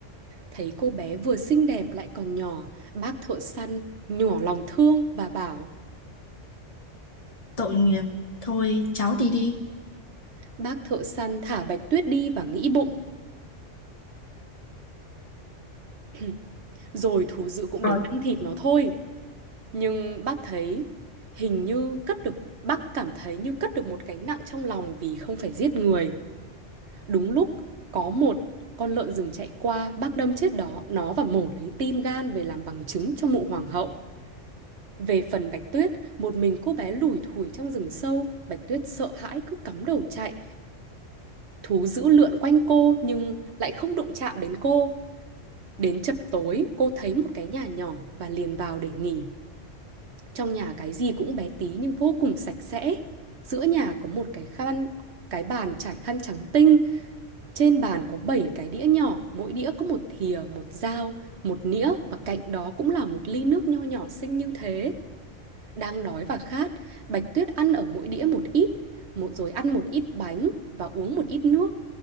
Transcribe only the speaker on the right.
Thấy cô bé vừa xinh đẹp lại còn nhỏ, bác thợ săn nhỏ lòng thương và bảo
Bác thợ săn thả Bạch Tuyết đi và nghĩ bụng, <clears throat> rồi thú dữ cũng
đến ăn thịt nó thôi. Nhưng bác thấy hình như cất được, bác cảm thấy như cất được một gánh nặng trong lòng vì không phải giết người. Đúng lúc có một con lợn rừng chạy qua, bác đâm chết đó, nó và mổ lấy tim gan về làm bằng chứng cho mộ hoàng hậu. Về phần Bạch Tuyết, một mình cô bé lủi thủi trong rừng sâu, Bạch Tuyết sợ hãi cứ cắm đầu chạy. Thú dữ lượn quanh cô nhưng lại không đụng chạm đến cô. Đến chập tối, cô thấy một cái nhà nhỏ và liền vào để nghỉ. Trong nhà cái gì cũng bé tí nhưng vô cùng sạch sẽ. Giữa nhà có một cái khăn, cái bàn trải khăn trắng tinh. Trên bàn có 7 cái đĩa nhỏ, mỗi đĩa có một thìa, một dao, một nĩa và cạnh đó cũng là một ly nước nho nhỏ xinh như thế. Đang đói và khát, Bạch Tuyết ăn ở mỗi đĩa một ít, mỗi rồi ăn một ít bánh và uống một ít nước